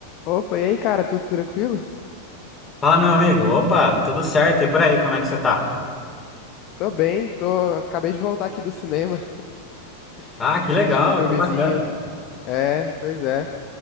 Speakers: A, on the left; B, on the left.
A: Opa, e aí, cara, tudo tranquilo?
B: Fala, meu amigo. Opa, tudo certo? E por aí, como é que você tá?
A: Tô bem, tô. Acabei de voltar aqui do cinema,
B: Ah,
A: <laughs>
B: que
A: assistir
B: legal,
A: um filmezinho.
B: que bacana.
A: É, pois é.